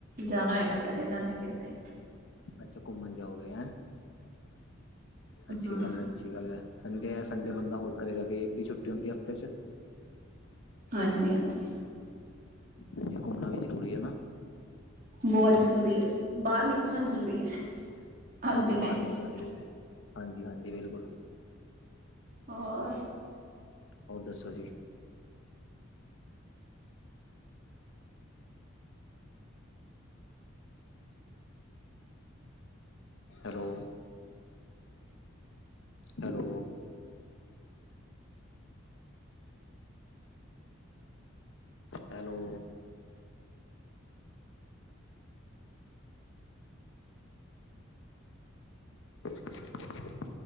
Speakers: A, on the right; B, on the left.
A: ਜਾਣਾ ਹੋਏਗਾ, ਚਲੇ ਜਾਗੇ ਕਿੱਧਰੇ
B: ਅੱਛਾ ਘੁੰਮਣ ਜਾਓਗੇ ਹੈ? ਅੱਛੀ
A: ਹੂੰ,
B: ਗੱਲ ਹੈ-ਅੱਛੀ ਗੱਲ ਹੈ, ਸੰਡੇ ਹੈ ਸੰਡੇ ਬੰਦਾ ਹੋਰ ਕਰੇਗਾ ਕਿ ਇੱਕ ਹੀ ਛੁੱਟੀ ਟੀ ਹੁੰਦੀ ਹਫ਼ਤੇ ਚ
A: ਹਾਂਜੀ-ਹਾਂਜੀ,
B: ਹਾਂਜੀ ਘੁੰਮਣਾ ਵੀ ਜ਼ਰੂਰੀ ਹੈ ਨਾ
A: ਬਹੁਤ ਜ਼ਰੂਰੀ ਹੈ, ਬਾਹਰ ਨਿਕਲਣਾ ਜ਼ਰੂਰੀ ਹੈ
B: ਹਾਂਜੀ
A: ਅੱਜ ਦੇ ਟਾਈਮ
B: ਬਾਹਰ ਨਿਕਲਣਾ
A: ਚ
B: ਜ਼ਰੂਰੀ ਹੈ, ਹਾਂਜੀ-ਹਾਂਜੀ ਬਿਲਕੁਲ
A: ਹੋਰ
B: ਹੋਰ ਦੱਸੋ ਜੀ? Hello hello hello <inaudible>